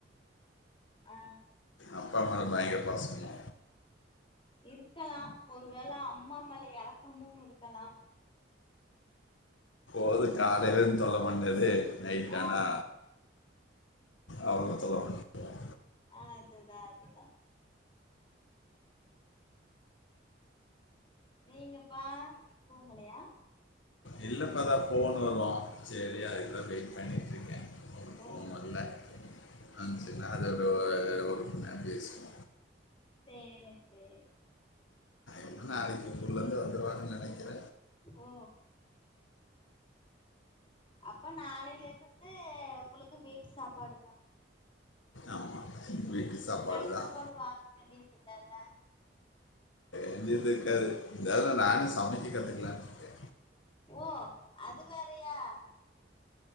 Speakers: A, on the left; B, on the left.
A: ஆ
B: அப்பா மேல பயங்கர பாசமோ
A: இருக்கலா ஒருவேள அம்மா மேல எரக்கமும் இருக்கலா
B: போது காலையிலருந்து தொல்ல பண்ணி ட்டு நைட்டானா
A: ஆமா
B: அவர தொல்ல பண் <inaudible>
A: அதுதா அதுதா நீங்கப்பா தூங்கலயா
B: இல்லைப்பா அதான் ஃபோன் வரு சேரி அதுக்கு தா வெயிட் பண்ணிகிட்ருக்கே
A: ஓ
B: ஃபோன் வர்ல நான அதோட ஒரு மணி நேர பேசுவோ
A: சேரி சேரி
B: என்னென்ன நாளக்கி ஊர்ளேந்து வந்துருவங்குன் நெனக்கிற
A: ஓ அப்ப நானையில இருந்து உங்களுக்கு வீட்டு சாப்பாடுதா
B: ஆமாம் வீட்டு
A: கட
B: தான்
A: சாப்பாடு வாங்க கண்ணியதுலல்லல்ல
B: எந்து எது இருக்காது இதால நானு சமைக்க கத்துக்கலான்ருக்கே
A: ஓ அது வேறயா